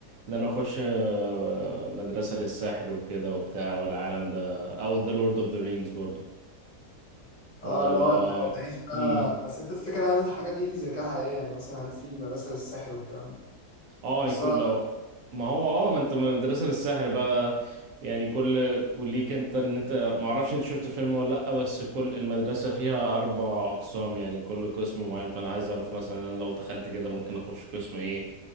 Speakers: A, on the right; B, on the left.
A: ان انا اخش آه، مدرسة للسحر وكده وبتاع والعالم ده او ذا لورد اوف ذا رينجز برضو فاللي
B: اه اللي هو
A: هو
B: ت- تعيش بقى
A: مم.
B: بس انت الفكرة هل الحاجة دي ذكاء حقيقي يعني مثلا هل في مدرسة للسحر والكلام ده
A: اه
B: بس
A: يكون
B: هو
A: لو ما هو اه ما انت مدرسة للسحر بقى يعني كل وليك انت ان انت ما اعرفش انت شفت الفيلم ولا لا بس كل المدرسة فيها اربع اقسام يعني كل قسم معين فانا عايز اعرف مثلا لو دخلت كده ممكن اخش قسم ايه